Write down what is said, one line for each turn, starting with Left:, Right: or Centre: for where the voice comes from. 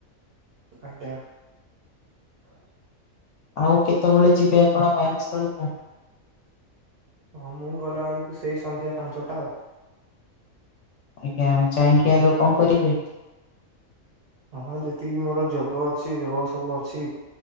Right: ଆଜ୍ଞା।
Left: ଆଉ କେତେବେଳେ ଯିବେ ଆପଣ ବୟାମ୍ ସ୍ଥଳକୁ।
Right: ହଁ ମୁଁ ଗଲାବେଳକୁ ସେଇ ସନ୍ଧ୍ୟା ପାଞ୍ଚଟା ଆଉ।
Left: ଆଜ୍ଞା ଯାଇଁକି ଆଗ କଣ କରିବେ?
Right: ହଁ ଯେତିକି ମୋର ଯୋଗ ଅଛି ଯୋଗ ସବୁ ଅଛି।